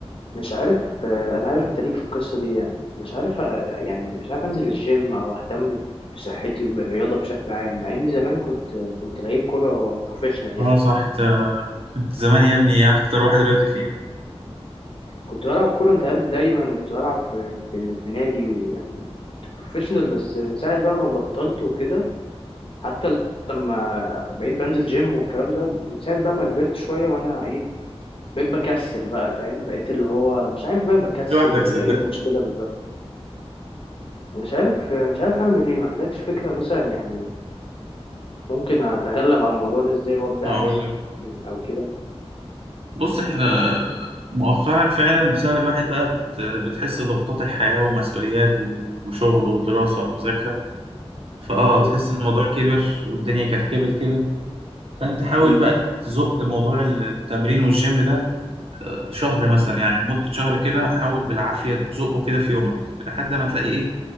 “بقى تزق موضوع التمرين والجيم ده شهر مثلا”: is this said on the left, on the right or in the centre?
Right